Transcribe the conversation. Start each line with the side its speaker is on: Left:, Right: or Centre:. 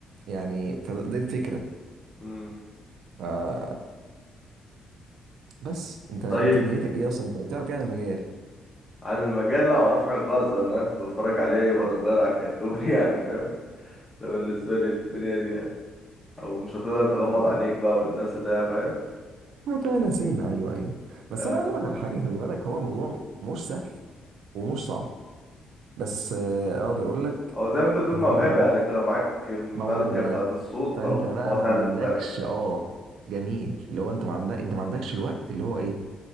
Right: يعني فده دي الفكره
Left: امم
Right: آه بس انت انت
Left: طيب
Right: دنيتك ايه اصلا انت تعرف يعني المجال
Left: عن المجال لا ما اعرفش حاجة خالص غير ان انا كنت بتفرج عليه وانا صغير على الكرتون <laughs> يعني فاهم ده بالنسبة لي الدنيا دي يعني او مش هتقدر تغمض
Right: انت هت-
Left: عينيك بقى والناس اللي هي فاهم
Right: هتلاقي انا سينما ايوه ايوه بس
Left: آه.
Right: انا عايز اقول لك على حاجه خلي بالك هو الموضوع مش سهل ومش صعب بس آه، اقدر اقول لك
Left: او زي ما انت بتقول
Right: ان
Left: موهبة
Right: هو موضوع
Left: يعني انت لو معاك ملكة
Right: موهبه
Left: بتاعة الصوت
Right: فانت
Left: خلاص
Right: بقى
Left: الموضوع سهل
Right: ما عندكش
Left: بالنسبة لك
Right: اه جميل اللي هو انت ما عندك انت ما عندكش الوقت اللي هو ايه